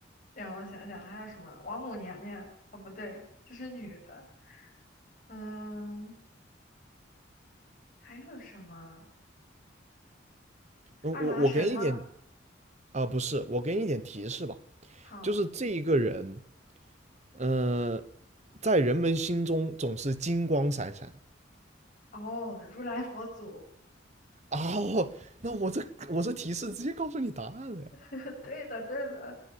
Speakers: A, on the left; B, on the right.
A: 让我想想，还有什么？王母娘娘？哦，不对，这是女的。嗯，还有什么？
B: 嗯，
A: 二郎神吗？
B: 我我给你一点啊、呃不是，我给你一点提示吧，
A: 好，
B: 就是这一个人，呃，在人们心中总是金光闪闪
A: 哦，如来佛祖。
B: 啊！我那我这我这提示直接告诉你答案了呀！
A: <laughs> 对的，对的，